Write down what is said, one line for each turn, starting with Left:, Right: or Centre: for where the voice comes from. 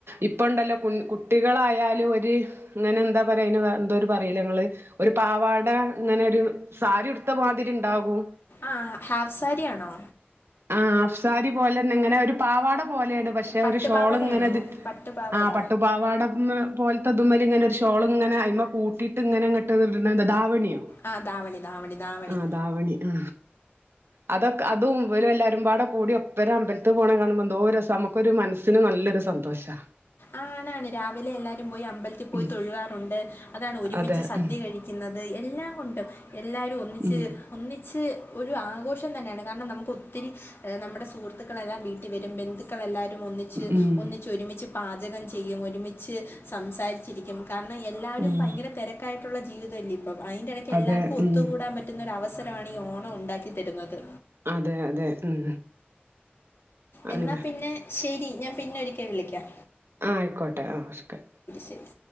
Right: ഇപ്പണ്ടല്ലോ കുട്ടിക- യാലും ഒരു ഇങ്ങനെ എന്താ പറയാ അയ്ന് വേറെന്തൊരു പറയ്ലെ ഇങ്ങള് ഒരു പാവാട ഇങ്ങനെ ഒരു- സാരി ഉടുത്ത മാതിരി ഇണ്ടാകൂ
Left: ആഹ് ഹാഫ് സാരിയാണോ
Right: ആഹ് ഹാഫ് സാരി പോലെന്നെ ഇങ്ങനെ ഒരു പാവാട പോലെയാണ് പക്ഷെ
Left: പട്ടുപാവാടയാണോ
Right: ഒരു ഷോള് ഇങ്ങനെ ഇത്
Left: പട്ടുപാവാട
Right: ആ പട്ടുപാവാടന്ന്- അതു പോലത്തെത്തതുമൽ ഇങ്ങനെ ഒരു ഷോൾ ഇങ്ങനെ അത്മേ കൂട്ടയിട്ട് ഇങ്ങനെങ്ങട്ട് ധാവണിയോ
Left: ആഹ് ധാവണി ധാവണി ധാവണി
Right: ആ ധാവണി ആ അതൊക്കെ അതും <unintelligible> എല്ലാരുംപാടെ കൂടി ഒപ്പര അമ്പൽത്ത് പോണ കാണുമ്പോ എന്തോ രസാ നമ്മക്കൊരു മനസ്സിന് നല്ലൊരു സന്തോഷാ
Left: ആൺ അതാണ് രാവിലെ എല്ലാരും പോയി അമ്പലത്തിൽ പോയി
Right: ഉം
Left: തൊഴുകാറുണ്ട് അതാണ് ഒരുമിച്ച്
Right: അതെ
Left: സദ്യ
Right: ഉം
Left: കഴിക്കുന്നത് എല്ലാം കൊണ്ടും എല്ലാരും ഒന്നിച്ച്
Right: ഉം
Left: ഒന്നിച്ച് ഒരു ആഘോ <unintelligible> കാരണം നമ്മക്ക് ഒത്തിരി നമ്മടെ സുഹൃത്തുക്കളെല്ലാം വീട്ടി വരും ബന്ധു ക്കവെല്ലാരും ഒന്നിച്ച്,
Right: ഉം
Left: ഒന്നിച്ച് ഒരുമിച്ച്, പാചകം ചെയ്യും, ഒരുമിച്ച് സംസാരിച്ചിരിക്കും കാ രണം എല്ലാരും
Right: ഉം ഉം
Left: പയങ്കര തെരക്കായിട്ടുള്ള ജീവിതല്ലേ ഇപ്പം അയിന്റെ ഇടക്ക് എല്ലാർക്കും
Right: അതെ
Left: ഒത്തുകൂടാൻ
Right: ഉം
Left: പറ്റുന്ന ഒരു അവസ ആണി ഈ ഓണോ ഒണ്ടാക്കിത്തരുന്നത്.
Right: അതെ അതെ ഉം
Left: എന്നാ
Right: അന്നെ
Left: പിന്നെ ശരി ഞാൻ പിന്നെ വിളിക്കാ
Right: ആഹ് ആയിക്കോട്ടെ ആഹ് <unintelligible>
Left: ശരി